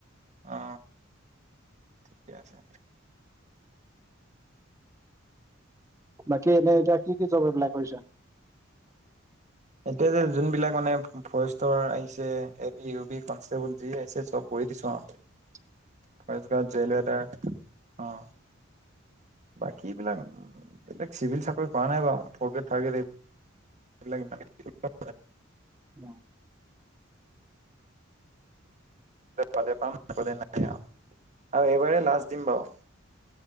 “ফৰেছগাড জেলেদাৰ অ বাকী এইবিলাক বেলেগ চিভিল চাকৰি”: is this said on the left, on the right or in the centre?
Right